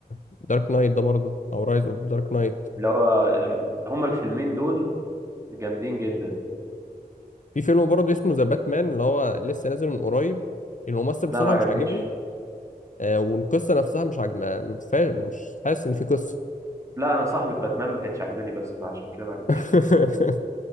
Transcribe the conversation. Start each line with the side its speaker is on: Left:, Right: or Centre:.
Left: دارك نايت ده برضه او رايز اوف دارك نايت
Right: اللي هو الم- هما الفيلمين دول جامدين جدا
Left: في فيلم برضه اسمه ذا باتمان اللي هو لسه نازل من قريب الممثل بصراحة
Right: لا ما عجبنيش
Left: مش عاجبني آه والقصة نفسها مش عاجب ما- ما فيهاش- مش حاسس إن في قصة
Right: لا انا صاحبة باتمان ما كانتش عجباني بس فعشان كده ما عجبنيش
Left: <laughs>
Right: الفيلم